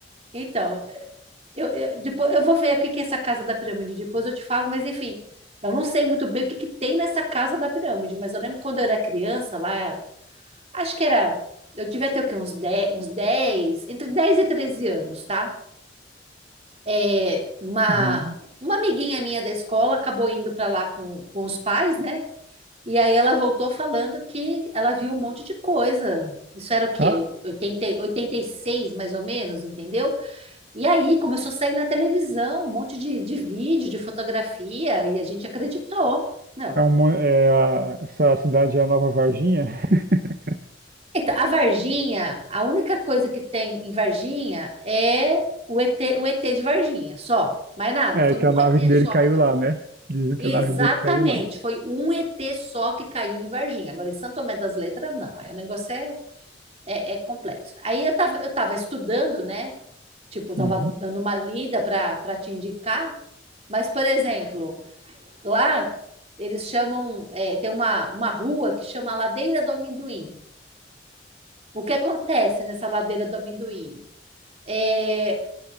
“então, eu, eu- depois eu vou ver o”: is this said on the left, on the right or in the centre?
Right